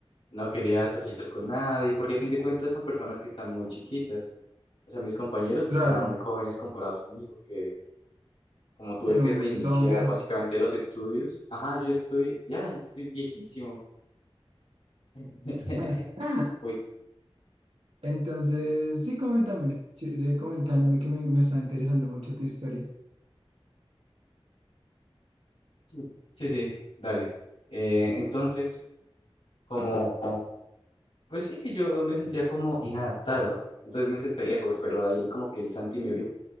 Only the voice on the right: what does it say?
Claro,
sí,
un-
todo un viejo.
<laughs>
Entonces, sí, coméntame, sí, sí, coméntame que me, me está interesando mucho tu historia.